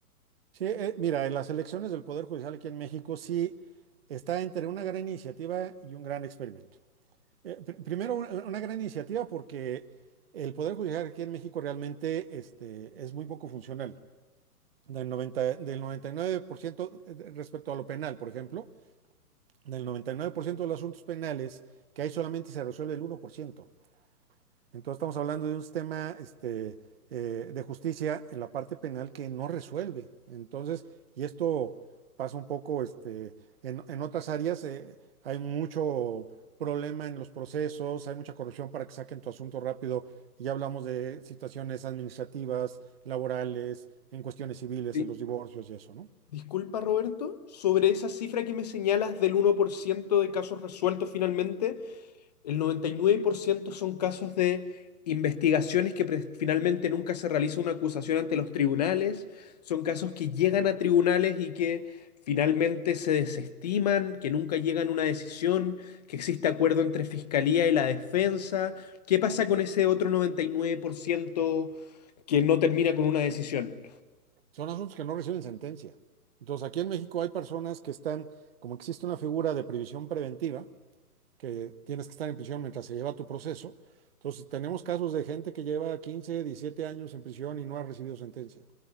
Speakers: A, on the right (about 40°); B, on the left (about 25°).
A: Sí, eh, mira, en las elecciones del Poder Judicial aquí en México sí está entre una gran iniciativa y un gran experimento. Eh, pr- primero, una, una gran iniciativa porque el Poder Judicial aquí en México realmente este, es muy poco funcional. Del noventa, del 99% respecto a lo penal, por ejemplo, del 99% de los asuntos penales que hay solamente se resuelve el uno por ciento. Entonces estamos hablando de un sistema este, eh, de justicia en la parte penal que no resuelve. Entonces, y esto pasa un poco este, en, en otras áreas, eh, hay mucho problema en los procesos, hay mucha corrupción para que saquen tu asunto rápido. Y Ya hablamos de situaciones administrativas, laborales, en cuestiones civiles,
B: Sí,
A: en los divorcios y eso, ¿no?
B: Disculpa, Roberto, sobre esa cifra que me señalas del uno por ciento de casos resueltos finalmente, el 99% son casos de investigaciones que pre- finalmente nunca se realiza una acusación ante los tribunales, son casos que llegan a tribunales y que finalmente se desestiman, que nunca llegan a una decisión, que existe acuerdo entre fiscalía y la defensa. ¿Qué pasa con ese otro 99% que no termina con una decisión?
A: Son asuntos que no reciben sentencia. Entonces, aquí en México hay personas que están, como existe una figura de previsión preventiva, que tienes que estar en prisión mientras se lleva tu proceso. Entonces, tenemos casos de gente que lleva 15, 17 años en prisión y no ha recibido sentencia.